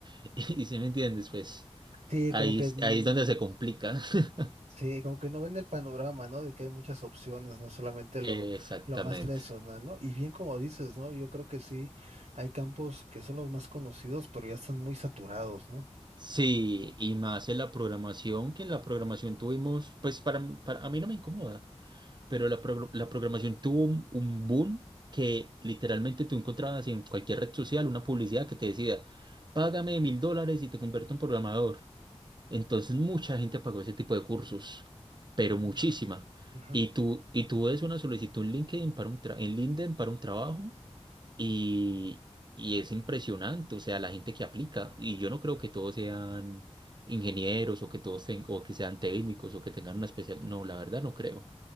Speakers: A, on the right; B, on the right.
A: <laughs> y si me entiendes, pues.
B: Sí,
A: Ahí,
B: como que mm,
A: ahí es donde se complica. <laughs>
B: sí, como que no ven el panorama, ¿no? De que hay muchas opciones, no solamente lo,
A: Exactamente.
B: lo más tradicional, ¿no? Y bien como dices, ¿no? Yo creo que sí, hay campos que son los más conocidos, pero ya están muy saturados, ¿no?
A: Sí, y más en la programación, que en la programación tuvimos, pues para, mí- para a mí no me incomoda, pero la, progr- la programación tuvo un, un boom que literalmente tú encontrabas en cualquier red social una publicidad que te decía, págame mil dólares y te convierto en programador. Entonces mucha gente pagó ese tipo de cursos, pero
B: Mm,
A: muchísima.
B: ujú.
A: Y tú, y tú ves una solicitud en LinkedIn para un tra- en LinkedIn para un trabajo y, y es impresionante, o sea, la gente que aplica. Y yo no creo que todos sean ingenieros o que todos ten- o que sean técnicos o que tengan una especial. No, la verdad no creo.